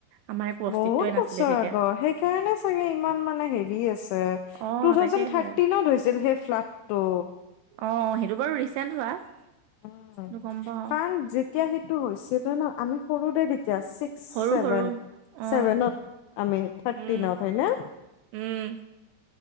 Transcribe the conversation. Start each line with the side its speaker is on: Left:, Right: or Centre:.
Right: আমাৰ একো অস্তিত্বই
Left: বহুত
Right: নাছিলে
Left: বছৰ
Right: তেতিয়া
Left: আগৰ, সেইকাৰণে চাগে ইমান মানে হেৰি আছে। টু,
Right: অ
Left: থাউজেণ্ড
Right: তাকেহে
Left: থাৰ্টিনত হৈছিল সেই ফ্লাডটো।
Right: অ, সেইটো বাৰু ৰিচেণ্ট হোৱা।
Left: উম,
Right: সেইটো গম পাও
Left: কাৰণ যেতিয়া সেইটো হৈছিলে ন, আমি সৰুৰে এতিয়া ছিক্স,
Right: সৰু
Left: ছেভেন
Right: সৰু অ
Left: ছেভেনত, আমি থাৰ্টিনত
Right: উম
Left: হয় নে?
Right: উম,